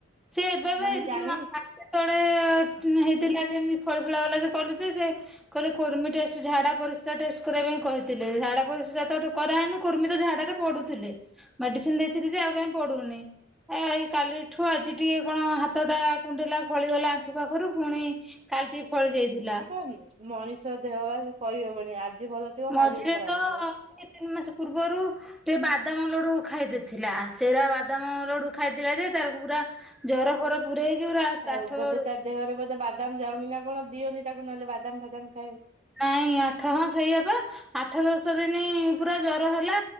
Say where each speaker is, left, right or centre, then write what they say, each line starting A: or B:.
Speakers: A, in the centre; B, on the right.
A: ସେ ଏବେ ବା
B: ମାନେ
A: ଏ ଦି
B: ଜାଣି
A: ମା ମାସେ ତଳେ <unintelligible> ହେଇଥିଲା ଯେମିତି ଫଳି ଫୁଳା ଗଲା ଯେ କଇଲୁ ଯେ ସେ କହିଲେ କୁର୍ମୀ ଟେଷ୍ଟ ଝାଡା ପରିସ୍ରା ଟେଷ୍ଟ କରିବା ପାଇଁ କହିଥିଲେ ଝାଡା ପରିସ୍ରା ତ କରା ହେଇନି କୁର୍ମୀ ତ ଝାଡାରେ ପୁଡୁଥିଲେ ମେଡ଼ିସିନ୍ ଦେଇଥିଲି ଯେ ଆଉ କାଇଁ ପଡୁନି ଆ ଏଇ କାଲିଠୁ ଆଜି ଟିକେ କଣ ହାତ ଟା କୁଣ୍ଡେଇଲା ଫଳିଗଲା ଆଣ୍ଠୁ ପାଖରୁ ଫୁଣି କାଲି ଟିକେ ଫଳି ଯାଇଥିଲା।
B: ଉଁମ୍ ମଣିଷ ଦେହ ବା ସେ କହି ହବନି ଆଜି ଭଲ ଥିବ
A: ମଝିରେ
B: କାଲି ଖରାପ
A: ତ
B: ହେଇଯିବ।
A: ଦୁଇ ତିନ୍ ମାସ ପୂର୍ବରୁ ଟେ ବାଦାମ ଲଡୁ ଖାଇ ଦେଇଥିଲା ସେରା ବାଦାମ ଲଡୁ ଖାଇଥିଲା ଯେ ତାରକୁ ପୁରା, ଜର ଫର ପୁରେହେଇକି ପୁରା
B: ଆଉ
A: ପାଠ
B: ବୋଧେ ତା ଦେହରେ ବୋଧେ ବାଦାମ ଯାଉନି ନା କଣ, ଦିଅନି ତାକୁ ନହେଲେ ବାଦାମ ଫାଦାମ ଖାଇ
A: ନାଇଁ ଆଠ ହଁ ସେଇବା, ଆଠ ଦଶ ଦିନ ପୁରା ଜ୍ୱର ହେଲା।